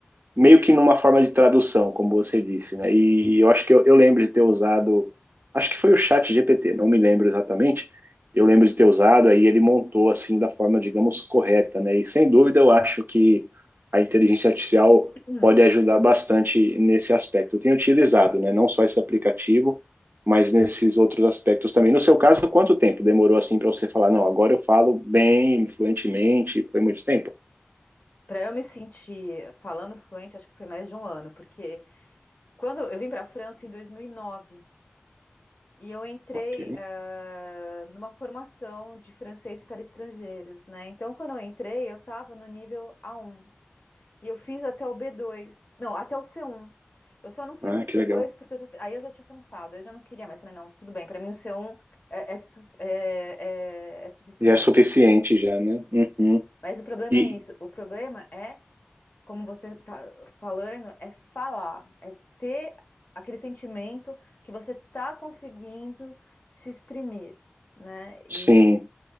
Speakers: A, on the right; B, on the left.
A: meio que numa forma de tradução, como você disse, né? E eu acho que eu, eu lembro de ter usado, acho que foi o Chat GPT, não me lembro exatamente. Eu lembro de ter usado, aí ele montou assim da forma, digamos, correta, né? E sem dúvida eu acho que a inteligência artificial
B: Hum.
A: pode ajudar bastante nesse aspecto. Eu tenho utilizado, né? Não só esse aplicativo, mas nesses outros aspectos também. No seu caso, quanto tempo demorou assim para você falar, não, agora eu falo bem, fluentemente? Foi muito tempo?
B: Para eu me sentir falando fluente, acho que foi mais de um ano, porque Quando eu vim para a França em dois mil e nove e eu entrei
A: Ok.
B: eh, numa formação de francês para estrangeiros, né? Então, quando eu entrei, eu estava no nível a um e eu fiz até o b dois, não, até o c um. Eu só não fiz
A: Ah,
B: o
A: que
B: c
A: legal.
B: dois porque eu já- aí eu já tinha cansado, eu já não queria mais. Falei, não, tudo bem, para mim o c um é, é, su- é- é- é suficiente.
A: Já é suficiente, já, né? Uhum.
B: Mas o problema
A: E
B: é isso, o problema é como você tá falando, é falar, é ter aquele sentimento que você tá conseguindo se exprimir, né?
A: sim.
B: E